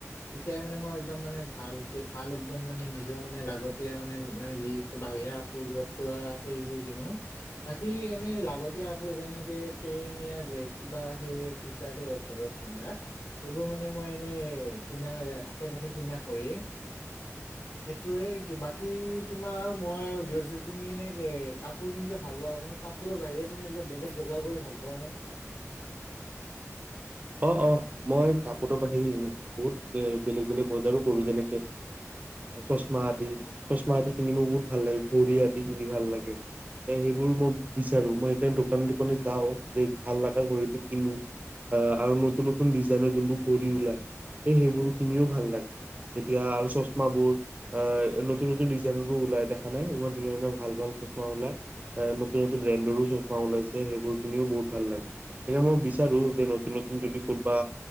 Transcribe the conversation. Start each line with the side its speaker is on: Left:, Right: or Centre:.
Left: তেতিয়াই মানে মই একদম মানে ভালকে ভাল একদম মানে নিজৰ মানে লাগতিয়াল মানে মানে যি বাহিৰা কাপোৰ কিবা ফুৰা সেইবোৰ কিনো। বাকী এনে লাগতিয়া কাপোৰ যেনেকে পেন য়া, গে, কিবা সেই টি চাৰ্টএ হওঁক ঘৰত পিন্ধা, এইবোৰ মানে মই এনে কিনা আশে-পাশে কিনা হয়য়ে, সেইটোয়ে। বাকি তোমাৰ মই সুধি বিছাৰো তুমি এনেকে কাপোৰ কি ভাল পোৱা লা কিন্তু কাপোৰৰ বাহিৰে তুমি এনেকে বেলেগ বজাৰ কৰি ভাল পোৱা নে?
Right: অ, অ, মই কাপোৰৰ বাহি বহুত বে বেলেগ বেলেগ বজাৰো কৰোঁ যেনেকে চশমা আদি চশমা আদি কিনি মোৰ বহুত ভাল লাগে ঘড়ী আদি কিনি ভাল লাগে এ সেইবোৰ মই বিচাৰো মই সেইকাৰণে দোকান দোকানে যাওঁ যে ভাল লগা ঘড়ীটো কিনো। অ আৰু নতুন-নতুন ডিজাইনৰ যোনবোৰ ঘড়ী ওলায়, এই সেইবোৰ কিনিও ভাল লাগে, এতিয়া আৰু চশমাবোৰ আ নতুন-নতুন ডিজাইনৰো ওলাই দেখা নাই ইমান ধুনীয়া ধুনীয়া ভাল ভাল চশমা ওলাই, এ নতুন-নতুন ব্ৰেণ্ডৰো চশমা ওলাইছে সেইবোৰ কিনিও বহুত ভাল লাগে, সেইকাৰণে মই বিচাৰো যে নতুন যদি কোনোবা